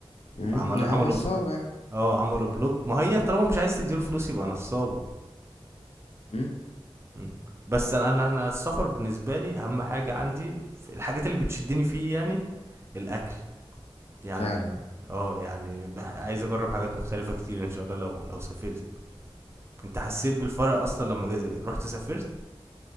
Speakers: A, on the left; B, on the right.
A: امم
B: فعملوا
A: يعني
B: عملوا
A: نصابة
B: ب...
A: يعني
B: اه عملوا بلوك ما هي طالما مش عايز تديله فلوس يبقى نصابه
A: امم
B: م. بس انا انا أنا السفر بالنسبه لي اهم حاجه عندي في الحاجات اللي بتشدني فيه يعني الاكل يعني
A: فعلا
B: لا. اه يعني بح... عايز اجرب حاجات مختلفة كتير ان شاء الله لو لو سافرت انت حسيت بالفرق اصلا لما جا- رحت سافرت